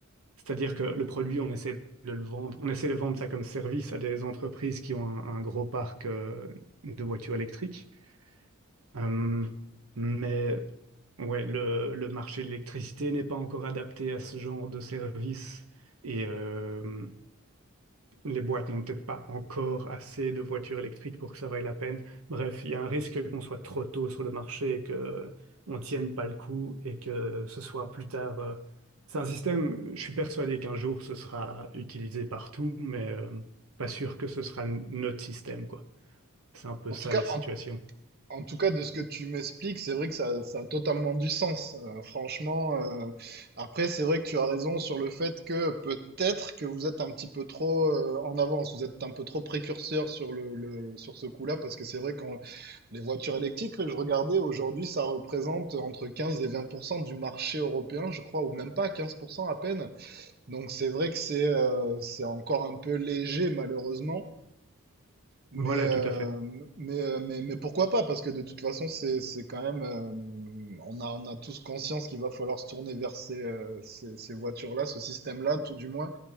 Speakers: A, on the right; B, on the right.
A: c'est-à-dire que le produit, on essaie de le vendre, on essaie de vendre ça comme service à des entreprises qui ont un, un gros parc euh, de voitures électriques. Euh, mais ouais, le, le marché de l'électricité n'est pas encore adapté à ce genre de service. Et, euh, les boîtes n'ont peut-être pas encore assez de voitures électriques pour que ça vaille la peine. Bref, il y a un risque qu'on soit trop tôt sur le marché et que on tienne pas le coup et que ce soit plus tard. euh, C'est un système, je suis persuadé qu'un jour ce sera utilisé partout, mais euh, pas sûr que ce sera n- notre système, quoi. C'est un peu
B: En
A: ça
B: tout cas,
A: la situation.
B: en, en tout cas, de ce que tu m'expliques, c'est vrai que ça, ça a totalement du sens. euh, franchement, euh, après, c'est vrai que tu as raison sur le fait que peut-être que vous êtes un petit peu trop euh, en avance, vous êtes un peu trop précurseur sur le, le- sur ce coup-là, parce que c'est vrai que les voitures électriques, je regardais aujourd'hui, ça représente entre 15 et 20% du marché européen, je crois, ou même pas 15% à peine. Donc c'est vrai que c'est euh, c'est encore un peu léger malheureusement, mais,
A: Voilà,
B: euh,
A: tout à fait.
B: mais, euh, mais, mais pourquoi pas? Parce que de toute façon, c'est, c'est quand même, euh, on a, on a tous conscience qu'il va falloir se tourner vers ces, euh, ces, ces voitures-là, ce système-là, tout du moins.